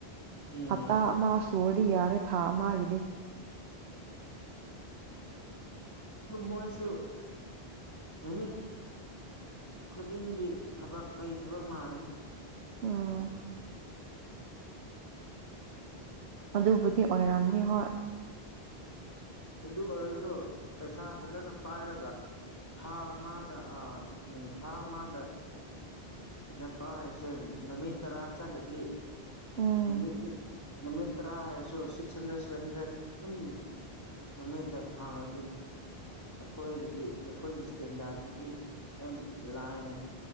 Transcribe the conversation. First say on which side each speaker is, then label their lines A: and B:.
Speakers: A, on the left (about 15°); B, on the right (about 80°).
A: ꯎꯝ
B: ꯍꯞꯇꯥ ꯑꯃ ꯁꯨꯔꯗꯤ ꯌꯥꯔꯦ ꯊꯥ ꯑꯃꯒꯤꯗꯤ
A: ꯑꯗꯨ ꯃꯣꯏꯁꯨ ꯅꯨꯃꯤꯠ ꯈꯨꯗꯤꯡꯗꯤ ꯊꯕꯛ ꯂꯩꯗꯕ ꯃꯥꯜꯂꯦꯗ
B: ꯎꯝ <unintelligible> ꯑꯗꯨꯕꯨꯗꯤ ꯑꯣꯏꯔꯝꯅꯤ ꯍꯣꯏ
A: ꯑꯗꯨ ꯑꯣꯏꯔꯁꯨ ꯄꯩꯁꯥ ꯐꯖꯅ ꯄꯥꯏꯔꯒ ꯊꯥ ꯑꯃꯗ ꯑꯥ ꯎꯝ ꯊꯥ ꯑꯃꯗ ꯌꯥꯝꯄꯥꯡꯔꯩ ꯆꯦꯟ ꯅꯨꯃꯤꯠ ꯇꯔꯥ ꯆꯠꯂꯗꯤ
B: ꯎꯝ
A: ꯅꯨꯃꯤꯠꯇ ꯅꯨꯃꯤꯠ ꯇꯔꯥ ꯍꯥꯏꯔꯁꯨꯁ ꯁꯤꯛꯁ ꯍꯟꯗ꯭ꯔꯦꯠ ꯁꯚꯦꯟ ꯍꯟꯗ꯭ꯔꯦꯠ ꯑꯗꯨꯝ ꯅꯨꯃꯤꯠꯇ ꯐꯪꯉꯗꯤ ꯑꯩꯈꯣꯏꯒꯤꯗꯤ ꯑꯩꯈꯣꯏꯒꯤ ꯏꯁꯇꯦꯟꯗꯥꯒꯤꯗꯤ ꯌꯥꯝ ꯂꯥꯏꯅ